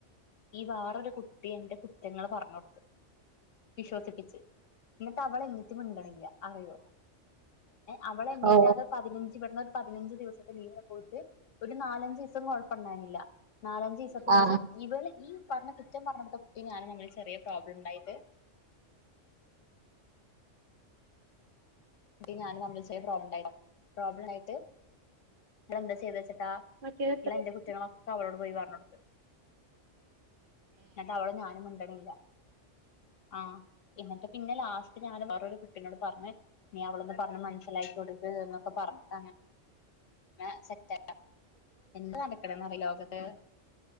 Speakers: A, on the left (about 90°); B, on the right (about 50°).
A: ഈ വേറൊരു കുട്ടി എന്റെ കു ങ്ങള് പറഞ്ഞ് കൊടുത്തു <unintelligible> എന്നിട്ട് അവൾ എൻ്റെടുത്ത് മിണ്ടണില്ല അറിയോ അവൾ എന്നേകാലും
B: ഓ
A: പതിനഞ ഒരു പതിനഞ്ച് ദിവസത്തെ ലീവിനെ പോയിട്ട് ഒരു നാലഞ്ചു ദിവസം കൊഴപ്പമണ്ടാനില്ല നാലഞ്ചു ദിവസത്തിന്
B: ആ
A: ശേഷം ഇവൾ ഈ പറഞ്ഞ കുറ്റം പറഞ്ഞടുത്ത കുട്ടി ഞാനും തമ്മിൽ ചെറിയ പ്രോബ്ലം ഉണ്ടായിട്ട് കുട്ടിയും ഞാനും തമ്മിൽ ചെറിയ പ്രാബ്ളം പ്രോബ്ലം ആയിട്ട് ഇവൾ എന്താ ചെയ്തെവെച്ചിട്ടാ
B: മറ്റേ
A: ഇവൾ എന്റെ കുറ്റങ്ങളൊക്കെ അവളോട് പോയി പറഞ്ഞ് കൊടുത്തത്ത് എന്നിട്ട് അവളും ഞാനും മിണ്ടണില്ല ആഹ് എന്നിട്ട് പിന്നെ ലാസ്റ്റ് ഞാൻ വേറൊരു കുട്ടീനോട് പറഞ്ഞ് നീ അവളൊന്ന് പറഞ്ഞ് മനസ്സിലാക്കി കൊടുക്ക് എന്നൊക്കെ പറഞ്ഞ് അന സെറ്റ്ല്ല എന്ത് നടക്കണേന്ന് അറിയോ ഈ ലോകത്ത്